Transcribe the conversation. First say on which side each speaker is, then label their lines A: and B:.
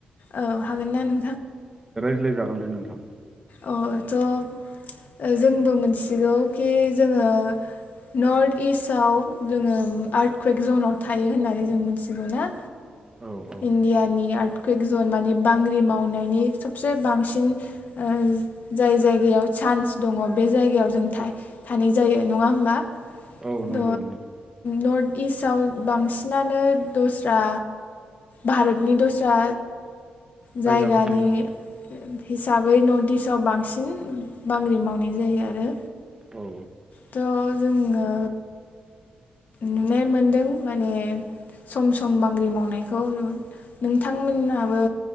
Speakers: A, on the left; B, on the right.
A: औ हागोन नान
B: रायलाय जागोन दे नोंथां।
A: ओ थ' ओ जोंबो मोनथिगौ कि जोङो नर्थ इस्टआव जोङो आर्टकुइक जनाव थायो होननानै जों मिथिगौ ना
B: औ औ
A: इनडियानि आ कुइक जन माने बांग्रि मावनायनि सबसे बांसिन जाय जायगायाव चान्स दङ बे जायगायाव जों थानाय जायो नङा होमबा?
B: औ
A: द
B: नंगौ नंगौ
A: नर्ट इस्टआव बांसिनानो दस्रा भारतनि दस्रा जायगानि
B: जायगाफोरनि
A: हिसाबै नर्थ इस्टआव बांसिन बांग्रि मावनाय जायो आरो
B: औ
A: थ जोङो नुनाय मोनदों माने सम-सम बांग्रि मावनायखौ नोंथांमोनाबो